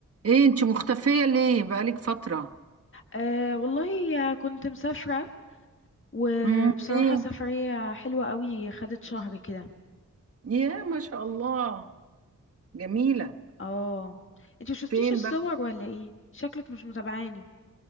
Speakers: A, on the right (about 45°); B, on the left (about 40°).
A: ايه انت مختفية ليه بقالك فترة
B: أه والله كنت مسافرة وبصراحة
A: امم فين
B: سفرية حلوة قوي خدت شهر كده
A: يا ما شاء الله جميلة
B: اه انت ما شفتيش
A: فين
B: الصور
A: بقى
B: ولا ايه شكلك مش متابعاني